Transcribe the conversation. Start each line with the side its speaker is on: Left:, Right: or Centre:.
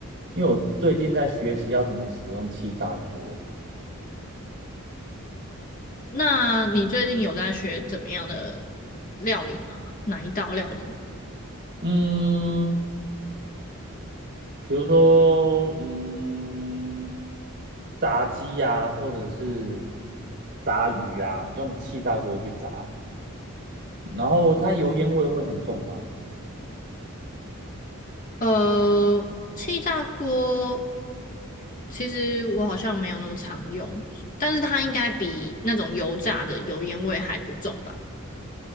Right: 因为我最近在学习要怎么使用气炸锅。
Left: 那你最近有在学怎么样的料理吗？哪一道料理？
Right: 嗯，比如说，嗯，炸鸡呀、或者是炸鱼呀、用气炸锅去炸。然后它油烟味会很重吗？
Left: 呃，气炸锅其实我好像没有那么常用，但是它应该比那种油炸的油烟味还不重吧？